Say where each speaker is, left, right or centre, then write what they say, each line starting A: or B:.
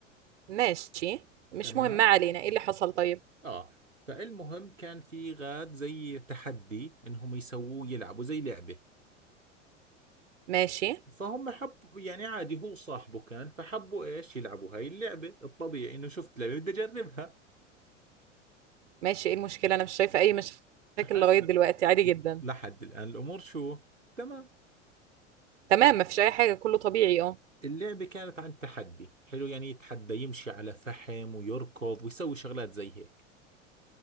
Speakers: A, on the right (about 65°); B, on the right (about 90°).
A: ماشي مش
B: تمام
A: مهم ما علينا ايه اللي حصل طيب
B: اه فالمهم كان في غاد زي تحدي انهم يسووه يلعبوا زي لعبة
A: ماشي
B: فهم حب يعني عادي هو صاحبه كان فحبوا ايش يلعبوا هاي اللعبة الطبيعي انه شفت لعبة بدي اجربها
A: ماشي ايه المشكلة أنا مش شايفة أي مشاكل
B: هسه
A: لغاية دلوقتي عادي جدا
B: لحد الان الامور شو تمام
A: تمام مفيش أي حاجة كله طبيعي اه
B: اللعبة كانت عن تحدي حلو يعني يتحدى يمشي على فحم ويركض ويسوي شغلات زي هيك